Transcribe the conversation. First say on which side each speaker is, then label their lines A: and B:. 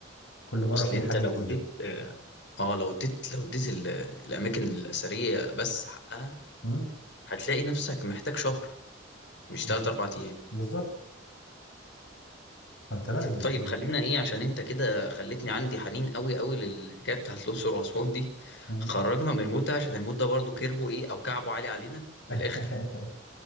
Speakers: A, on the left; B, on the left.
A: كل مرة
B: أصل
A: في
B: أنت
A: حاجة
B: لو
A: جديدة
B: اديت اه آه، لو اديت لو اديت ال- الأماكن الأثرية بس حقها
A: مم،
B: هتلاقي نفسك محتاج شهر مش
A: بز-
B: تلات أربع أيام
A: بالظبط فأنت لا ال...
B: طيب
A: ال...
B: خلينا إيه عشان أنت كده خلتني عندي حنين قوي قوي للحكاية بتاعت الأقصر وأسوان دي
A: مم.
B: خرجنا من المود ده عشان المود ده برضه كيرفو إيه أو كعبه عالي علينا
A: <laughs>
B: من الآخر